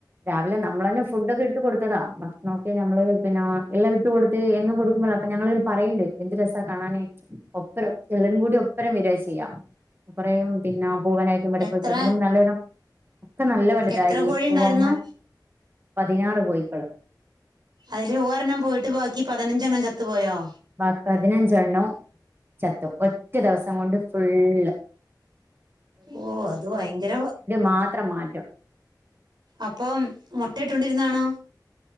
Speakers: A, on the right (about 30°); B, on the right (about 70°).
A: രാവിലെ നമ്മളന്നെ ഫുഡ ഒക്കെ ഇട്ട് കൊടുത്തതാ ഭക്ഷ നോക്കി നമ്മള് പിന്നെ എള്ള ഇട്ട് കൊടുത്ത് എന്നും കൊടുക്കുമ്പ അപ്പൊ ഞങൾ പറയണ്ട് എന്ത് രസം കാണാനൻ ഒപ്പരം എല്ലരും കൂടി ഒപ്പരം വെര ചെയ്യ കുറയും പിന്നെ പൂവനായിട്ടും പെടക്ക്
B: എത്ര
A: <unintelligible> നല്ലണം ഒക്കെ നല്ല വലുതായി
B: എത്ര കോഴി
A: പൂവന്മാർ
B: ഉണ്ടായിരുന്നു
A: പതിനാറ് കോഴികൾ
B: അതില് ഒരെണ്ണം പോയിട്ട് ബാക്കി പതിനഞ്ചെണ്ണം ചത്തു പോയോ?
A: ബാക്കി പതിനഞ്ചെണ്ണവും ചത്തു ഒറ്റ ദിവസം കൊണ്ട് ഫുൾ
B: ഓ അത് ഭയങ്കര
A: മാത്രം മാറ്റം
B: അപ്പം മുട്ടയിട്ടുണ്ടിരുന്നാണോ